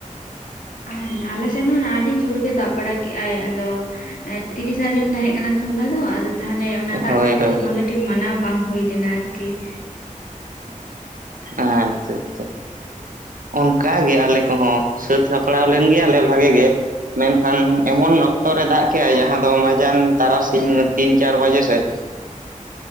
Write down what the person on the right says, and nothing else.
ᱦᱳᱭ
ᱦᱳᱭ
ᱟᱪᱪᱷᱟ, ᱟᱪᱪᱷᱟ ᱾ ᱚᱱᱠᱟᱜᱮ ᱟᱞᱮ ᱠᱚᱦᱚᱸ, ᱥᱟᱹᱛ ᱥᱟᱯᱲᱟᱣ ᱞᱮᱱ ᱜᱮᱭᱟᱞᱮ ᱵᱷᱟᱜᱮ ᱜᱮ ᱾ ᱢᱮᱱᱠᱷᱟᱱ ᱮᱢᱚᱱ ᱚᱠᱛᱚᱨᱮ ᱫᱟᱜ ᱠᱮᱫᱟᱭ, ᱡᱟᱦᱟᱸ ᱫᱚ ᱢᱟᱡᱟᱱ ᱛᱟᱨᱟᱥᱤᱧ ᱛᱤᱱ ᱪᱟᱨ ᱵᱟᱡᱮ ᱥᱮᱫ ᱾